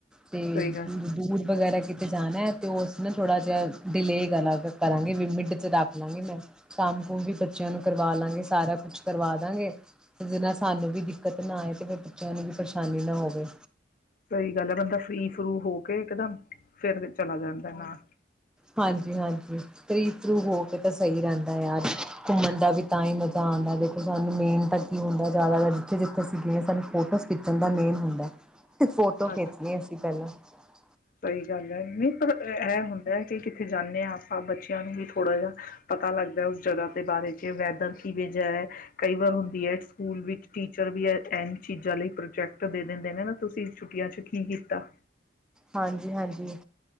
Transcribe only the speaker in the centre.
ਤੇ
ਦੂਧ ਵਗੈਰਾ ਕਿਤੇ ਜਾਣਾ ਹੈ ਤੇ ਉਸ ਨਾ ਥੋੜਾ ਜਿਹਾ ਡਿਲੇ ਕਰ ਕਰਾਂਗੇ ਵੀ ਮਿੰਡ ਚ ਰੱਖ ਲਾਂਗੇ ਮੈਂ ਕੰਮ ਕਮ ਵੀ ਬੱਚਿਆਂ ਨੂੰ ਕਰਵਾ ਲਾਂਗੇ ਸਾਰਾ ਕੁਛ ਕਰਵਾ ਦਾਂਗੇ ਜਿ ਨਾਲ ਸਾਨੂੰ ਵੀ ਦਿੱਕਤ ਨਾ ਆਏ ਤੇ ਫਿਰ ਬੱਚਿਆਂ ਨੂੰ ਵੀ ਪਰੇਸ਼ਾਨੀ ਨਾ ਹੋਵੇ
ਹਾਂਜੀ ਹਾਂਜੀ ਤੀ ਥਰੂ ਹੋ ਕੇ ਤਾਂ ਸਹੀ ਰਹਿੰਦਾ ਯਾਰ ਘੁੰਮਣ ਦਾ ਵੀ ਤਾਂ ਹੀ ਮਜ਼ਾ ਆਉਂਦਾ ਦੇਖੋ ਸਾਨੂੰ ਮੇਨ ਤਾਂ ਕੀ ਹੁੰਦਾ ਜ਼ਿਆਦਾ ਜਿੱਥੇ ਜਿੱਥੇ ਅਸੀਂ ਗਏ ਹਾਂ ਸਾਨੂੰ ਫੋਟੋਸ ਖਿੱਚਣ ਦਾ ਮੇਨ ਹੁੰਦਾ ਤੇ ਫੋਟੋ
ਖਿੱਚਣੀ ਅਸੀਂ ਪਹਿਲਾਂ <unintelligible>
ਹਾਂਜੀ ਹਾਂਜੀ